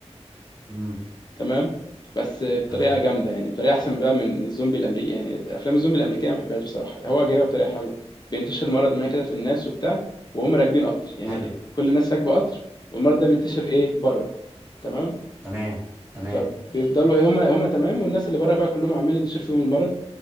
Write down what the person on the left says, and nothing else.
تمام بس بطريقه
جامده يعني بطريقه احسن بقى من من الزومبي الامريكي يعني افلام الزومبي الامريكيه ما بحبهاش بصراحه هو جايبها بطريقه حلوه بينتشر مرض ما كده في الناس وبتاع وهم راكبين قطر يعني
كل الناس راكبه قطر والمرض ده بينتشر ايه بره تمام
فبيفضلوا ايه هم هم تمام والناس اللي بره بقى كلهم عمال ينتشر فيهم المرض